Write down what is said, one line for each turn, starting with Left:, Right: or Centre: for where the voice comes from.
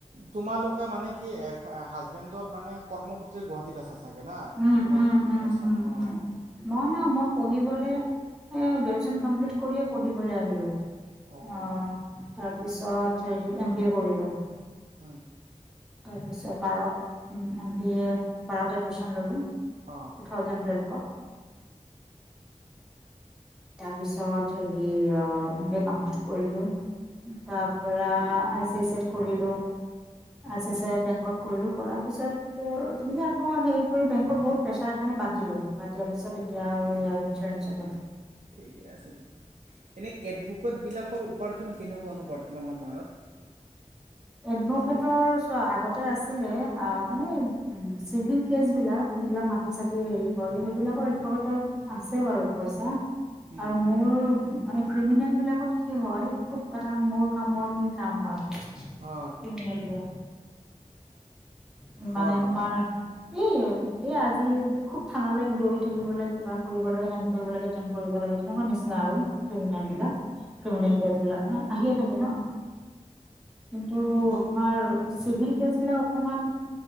Right: তোমালোকে মানে কি এ হাজবেণ্ডৰ মানে কৰ্মসূত্ৰে গুৱাহাটীত আছা? চাগে না
Centre: উম
Right: তোমাৰ
Centre: উম উম উম
Right: অঁ
Centre: উম মই ন মই পঢ়িবলে এ গ্ৰেজুৱেচন কমপ্লিট কৰিয়ে পঢ়িবলৈ আহিলো।
Right: অঁ
Centre: অ' তাৰপিছত হেৰি, এম বি এ কৰিলো।
Right: অ'।
Centre: তাৰপিছত বাৰত উ বি এ ভাৰত এডমিশ্যন ল'লোঁ। টু
Right: অঁ
Centre: থাউজেন্ড টুৱেলভত। তাৰপিছত হেৰি অ', এম বি এ কমপ্লিট কৰিলো। তাৰ পৰা আই কৰিলো, আই চি চি আই বেংকত কৰিলো, কৰাৰ পিছত তেনেকে আকৌ হে কৰি বেংত বহুত প্ৰেছাৰ কাৰণে বাদ দিলো বাদ দিয়াৰ পিছত এতিয়া আৰু ফ্ৰেন্ঞ্চতে
Right: ঠিক আছে দিয়া, এনে এডভোকেত বিলাকৰ উপাৰ্জন কেনেকুৱানো বৰ্তমান সময়ত? ময়ত
Centre: এডভকেটৰ চোৱা, আগতে আছিলে আ মানে চিভিল কেচবিলাক যিবিলাক মাটি চাটি হেৰি কৰে সেইবিলাকৰ এডভকেটৰ আছে বাৰু পইচা।
Right: হুম
Centre: আৰু মোৰ মানে ক্ৰিমিনেলবিলাকত কি হয় খুব এটা মোৰ কামুৰনি কাম হয়। ক্ৰিমিনেলবো
Right: হয়
Centre: <inaudible> উ
Right: হয়
Centre: মানে
Right: হয়
Centre: তোমাৰ ই এই আজি খুব থানালে দৌৰি থাকিবলে কিবা কৰিব লাগে হেং কৰিব লাগে টেন কৰিব লাগে তেনেকুৱা নিচিনা আৰু। ক্ৰিমিনেলবিলাক
Right: হুম হুম
Centre: ক্ৰিমিনেল
Right: হুম
Centre: কেচবিলাক মানে আহিয়ে থাকে ন। কিন্তু
Right: তো
Centre: তোমাৰ চিভিল কেচবিলাক অকমান